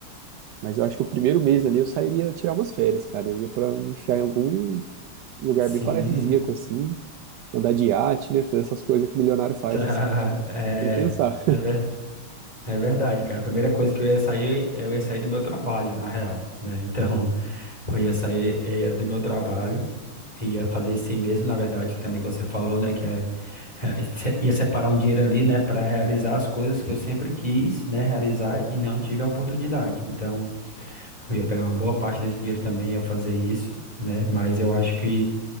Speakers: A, on the right (about 85°); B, on the left (about 15°).
A: Mas eu acho que o primeiro mês ali eu sairia tirar umas férias, cara. Eu ia para me enfiar em algum lugar
B: Sim.
A: bem paradisíaco, assim, andar de iate, né? Fazer essas coisas que milionário faz,
B: <laughs>
A: assim, sem
B: É,
A: sem pensar.
B: é, ver- é verdade, cara. A primeira coisa que eu ia sair, eu ia sair do meu trabalho, na real, né? Então, <laughs> eu ia sair, eu ia do meu trabalho, ia fazer isso aí mesmo, na verdade, que também que você falou, né? Que é, é, se- ia separar um dinheiro ali, né? Para realizar as coisas que eu sempre quis, né? Realizar e não tive a oportunidade. Então, eu ia pegar uma boa parte desse dinheiro também, ia fazer isso, né? Mas eu acho que